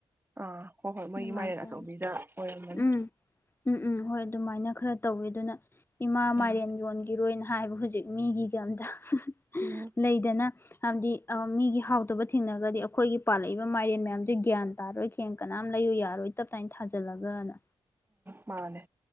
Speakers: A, on the right; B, on the left.
A: ꯑꯥ ꯍꯣꯏ ꯍꯣꯏ
B: ꯑꯗꯨꯃꯥꯏꯅ
A: ꯃꯣꯏꯒꯤ ꯃꯥꯏꯔꯦꯟ
B: ꯇꯧꯋꯤ
A: ꯑꯆꯧꯕꯤꯗ ꯑꯣꯢꯔꯝꯃꯅꯤ
B: ꯎꯝ ꯎꯝ ꯎꯝ ꯍꯣꯏ ꯑꯗꯨꯃꯥꯏꯅ ꯈꯔ ꯇꯧꯏ ꯑꯗꯨꯅ ꯏꯃꯥ
A: ꯎꯝ
B: ꯃꯥꯢꯔꯦꯟ ꯌꯣꯟꯒꯤꯔꯣꯏꯅ ꯍꯥꯏꯕꯨ ꯍꯧꯖꯤꯛ ꯃꯤꯒꯤꯒꯝꯗ ꯍꯨꯝ ꯍꯨꯝ
A: ꯎꯝ
B: ꯂꯩꯗꯅ ꯍꯥꯏꯕꯗꯤ ꯃꯤꯒꯤ ꯍꯥꯎꯇꯕ ꯊꯦꯡꯅꯒꯗꯤ ꯑꯩꯈꯣꯏꯒꯤ ꯄꯥꯜꯂꯛꯏꯕ ꯃꯥꯏꯔꯦꯟ ꯃꯌꯥꯝꯁꯦ ꯒ꯭ꯌꯥꯟ ꯇꯥꯔꯣꯏ ꯈꯦꯡ ꯀꯅꯥꯝ ꯂꯩꯌꯨ ꯌꯥꯔꯣꯏ ꯇꯞ ꯇꯥꯏꯅ ꯊꯥꯖꯜꯂꯒ ꯒꯥꯅ
A: ꯃꯥꯅꯦ